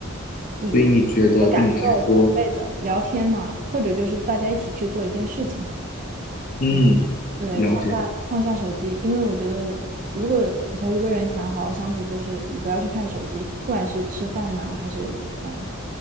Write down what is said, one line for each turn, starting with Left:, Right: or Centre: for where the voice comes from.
Right: 自己的自己的感受之类的，
Left: 所以你觉得对你来说，
Right: 聊天嘛，或者就是大家一起去做一件事情。
Left: 嗯，
Right: 嗯，对，
Left: 了解。
Right: 放下放下手机，因为我觉得，如果你和一个人想好好相处，就是你不要去看手机，不管是吃饭呐、还是嗯、呃